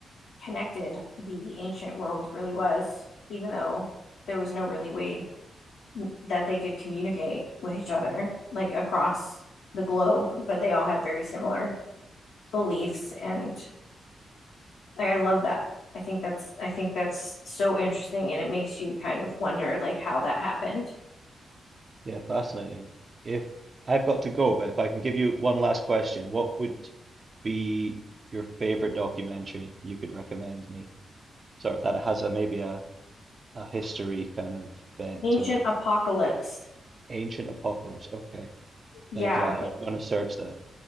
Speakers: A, on the left; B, on the right.
A: connected the ancient world really was, even though there was no really way n- that they could communicate with each other, like across the globe, but they all had very similar beliefs and Like I love that. I think that's I think that's so interesting and it makes you kind of wonder like how that happened.
B: yeah, fascinating. If I've got to go, but if I can give you one last question, what would be your favorite documentary you could recommend me? Sort of that it has a maybe a, a history kind of bent
A: Ancient
B: to it.
A: Apocalypse.
B: Ancient Apocalypse. Okay,
A: Yeah,
B: thank you. I,
A: it-
B: I'm gonna search that.